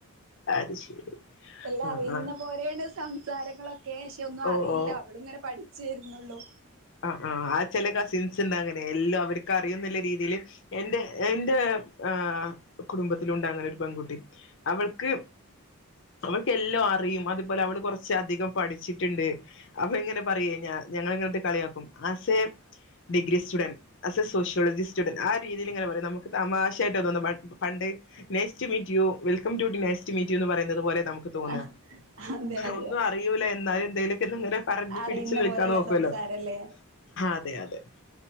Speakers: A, on the left (about 55°); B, on the right (about 65°).
A: അത് ശരി
B: എല്ലാം
A: ആഹ്
B: അറിയുന്ന
A: ആഹ്
B: പോലെയാണ് സംസാരങ്ങളൊക്കെ പക്ഷെ ഒന്നും
A: ഓ
B: അറിയില്ല
A: ഓ
B: അവൾ ഇങ്ങനെ പഠിക്ക പഠിച്ചു വരുന്നേയുള്ളൂ
A: ആ ആ ആ ചില കസിൻസ് ഉണ്ട് അങ്ങനെ എല്ലാം അവർക്ക് അറിയും എന്നുള്ള രീതിയിൽ എന്റെ എൻ്റെ ആ കുടുംബത്തിലും ഉണ്ട് അങ്ങനെ ഒരു പെൺകുട്ടി അവൾക്ക് അവൾക്ക് എല്ലാം അറിയും അതുപോലെ അവൾ കുറച്ച് കുറച് അധികം പഠിച്ചിട്ടുണ്ട് അപ്പൊ ഇങ്ങനെ പറയെ ഞങ്ങൾ അങ്ങനെ ഇട്ട് കളിയാക്കും. As a degree student as a sociology student ആ രീതിയിൽ ഇങ്ങനെ പറയും നമുക്ക് തമാശായിട്ട് തോന്നും പണ്ട് nice to meet you welcome too nice to meet you പറയുന്നത് പോലെ നമുക്ക് തോന്ന
B: ആഹ് അതെ അതെ
A: ഒന്നും അറിയൂല്ല എന്നാലും എന്തേ ങ്ങനെ പറഞ്
B: അറിയുന്ന
A: പിടിച്ച് നിൽക്കാൻ
B: പോലെയുള്ള
A: നോക്കുവല്ലോ
B: സംസാരല്ലേ
A: അതെ അതെ